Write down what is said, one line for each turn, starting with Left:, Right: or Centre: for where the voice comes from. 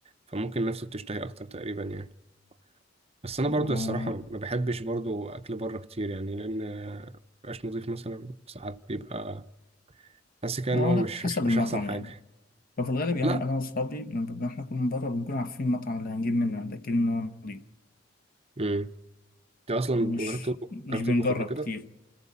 Right: فممكن نفسه بتشتهي اكتر تقريبا يعني بس انا برضو
Left: آه
Right: الصراحه ما بحبش برضو اكل بره كتير يعني لان آه، مبقاش نضيف مثلا ساعات بيبقى حاسس كده
Left: لا
Right: ان هو
Left: لا
Right: مش
Left: حسب
Right: مش مش
Left: المطعم
Right: احسن حاجه
Left: يعني ففي الغالب يعني
Right: لا
Left: انا واصحابي لما احنا نكون من بره بنكون عارفين المطعم اللي هنجيب منه لكن إنه نضيف
Right: امم انت اصلا
Left: مش
Right: جربت تطبخ
Left: مش
Right: جربت
Left: بنجرب
Right: تطبخ قبل كده
Left: كتير